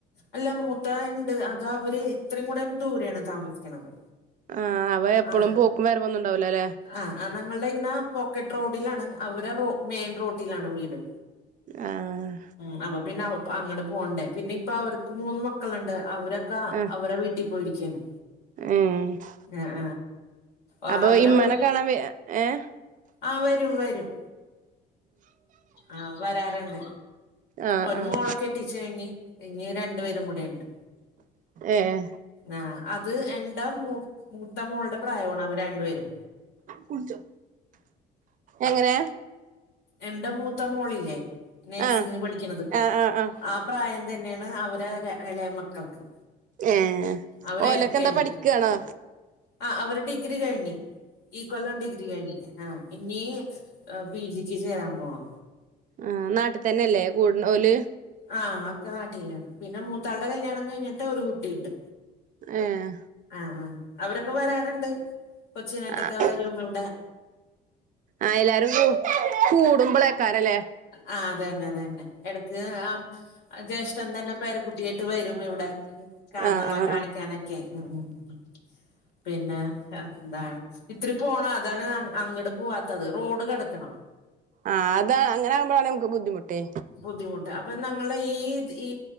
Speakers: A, on the left (about 75°); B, on the right (about 50°).
A: അല്ല മൂത്ത ആള്ണ്ട് അത് അവര് ഇത്രേം കൂടെ ദൂരെയാണ് താമസിക്കണത്
B: ആഹ് അവളെപ്പളും
A: ആഹ്
B: പോക്കും വരവൊന്നുണ്ടാവൂലല്ലെ
A: ആഹ് ഞങ്ങൾടെ ഇങ്ങനെ പോക്കറ്റ് റോഡിലാണ് അവരെ റോ മെയിൻ റോട്ടിലാണ് വീട്
B: ഏഹ്
A: ഉം അപ്പൊ പിന്നെ അവ് അങ്ങട്ട് പോണ്ടേ പിന്നെ ഇപ്പ അവർക്ക് മൂന്ന് മക്കള്ണ്ട് അവരൊക്കെ
B: ആഹ്
A: അവരെ വീട്ടി പോയിരിക്കാണ്
B: ഏഹ്
A: ഏഹ് ആഹ്
B: അപ്പൊ
A: അവരവർ
B: ഇമ്മാനെ കാണാൻ വ ഏഹ്
A: ആഹ് വരും വരും ആഹ് വരാറ്ണ്ട്
B: ആഹ്
A: ഒരു
B: ആഹ്
A: മോളെ കെട്ടീച്ചയിഞ്ഞ് ഇഞ്ഞി രണ്ടു പേരും കൂടെയ്ണ്ട്
B: ഏഹ്
A: ആ അത് എണ്ട മൂ മൂത്ത മോളുടെ പ്രായാണ് ഇവര് രണ്ടുപേരും
B: കുടിച്ചോ എങ്ങനെ
A: എന്റെ മൂത്ത മോളില്ലേ നേഴ്സിങ്ന്
B: ആഹ്
A: പഠിക്ക്ണത്
B: ആഹ് ആഹ് ആഹ്
A: ആ പ്രായം തന്നെയാണ് അവരാകെ ഇളയ മക്കൾക്ക്
B: ഏഹ്
A: അവര്
B: ഓലൊക്കെ
A: ഇരട്ടയാണ്
B: എന്താ പഠിക്കാണോ
A: ആഹ് അവരു ഡിഗ്രി കഴിഞ്ഞീ. ഈ കൊല്ലം ഡിഗ്രി കഴിഞ്ഞ് ആഹ് ഇഞ്ഞീ പി ജിക്ക് ചേരാൻ പോണ്
B: ആഹ് നാട്ട്തന്നെല്ലേ കൂട്ണ ഓല്
A: ആഹ് ഒക്കെ നാട്ടീലാണ് പിന്നെ മൂത്താളുടെ കല്യാണം കഴിഞ്ഞിട്ട് ഒരു കുട്ടിയ്ണ്ട്
B: ഏഹ്
A: ആഹ് ആഹ് അവരൊക്കെ വരാറ്ണ്ട് കൊച്ചിനായിട്ടൊക്കെ
B: ആഹ്
A: വരും ഇവടെ
B: ആഹ് എല്ലാരും കൂടുമ്പളേക്കാരല്ലേ
A: ആ അതന്നെ അതന്നെ എടക്ക് ആ ആ ജസ് ചന്ദന പേര കുട്ടിയായിട്ട് വരും ഇവിടെ കാർന്നോരെ
B: ആഹ് ആഹ്
A: കാണിക്കാനൊക്കെ
B: ആഹ്
A: ഉം ഉം ഉം പിന്നെ എന്താ ഇത്തിരി പോണം അതാണ് അങ്ങട്ട് പോവാ ട്ടത് റോഡ് കടക്കണം
B: ആഹ് അതാ അങ്ങനാകുമ്പളാണേ നമുക്ക് ബുദ്ധിമുട്ടേ
A: ബുദ്ധിമുട്ട് അപ്പൊ ഞങ്ങളെ ഈ ഈ